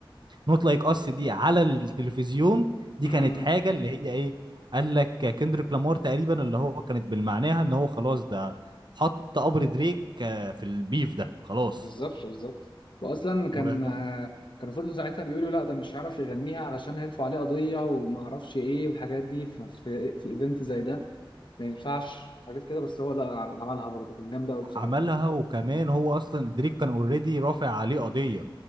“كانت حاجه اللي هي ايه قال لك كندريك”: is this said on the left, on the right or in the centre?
Right